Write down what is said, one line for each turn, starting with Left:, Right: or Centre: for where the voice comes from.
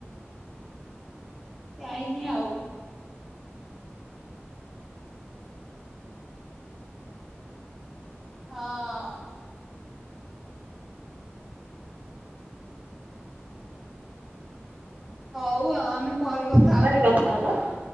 Centre: ଯାଇନି ଆଉ। ହଁ। ହଉ ଆ ଆମେ ପରେ କ
Right: <unintelligible> କଥା ହେବା।